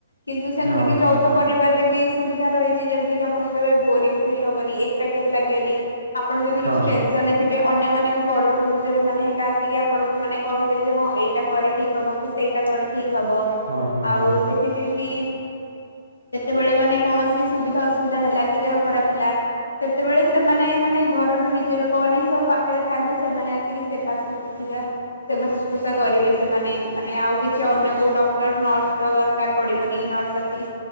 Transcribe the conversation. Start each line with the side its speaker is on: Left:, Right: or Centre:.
Left: କିନ୍ତୁ ସେମତି
Right: ହଁ
Left: ବି ଯୌଥ
Right: ସେଟା
Left: ପରିବାରରେ ବି ସୁବିଧା ରହିଚି। ଯେମିତି କି ଆପଣଙ୍କୁ କେବେ ବୋରିଙ୍ଗ ଫିଲ୍ ହବନି। ଏକା କେବେ ଲାଗିବନି। ଆପଣ ଯଦି
Right: ହଁ
Left: କିଛି ଟେନ୍ସନ୍ ରେ ଥିବେ। ଅନ୍ୟମାନେ <unintelligible> ବଡ ଗୁରୁଜନ ମାନେ ହେକା ଆସିକି ଆପଣଙ୍କୁ ମାନେ କହିବେ ଯେ ହଁ ଏଇଟା କରେ ଠିକ୍ ହବ କି ସେଇଟା କରେ ଠିକ ହବ
Right: ହଁ
Left: ଆଉ
Right: ହଁ
Left: ଦେଖିଥିବେ କି କେତେବେଳେ ମାନେ କୌଣସି ସୁବିଧା ଅସୁବିଧା ହେଲା କି ଦେହ ଖରାପ ହେଲା ସେତେବେଳେ ସେମାନେ ମାନେ ଘରର ନିଜ ଲୋକମାନେ ହିଁ ସବୁ ପାଖରେ ଥାଆନ୍ତି। ସେମାନେ ଆସିକି ସେବା ସୁ ସୁବିଧା ସେବା ଶୁଶ୍ରୂଷା କରିବେ ସେମାନେ ମାନେ ଆଉ କିଛି ଅନ୍ୟ କୋଉ ଡକ୍ଟର ନର୍ସ ର ଦରକାର ପଡିବନି। ନର୍ସ ଆସିକି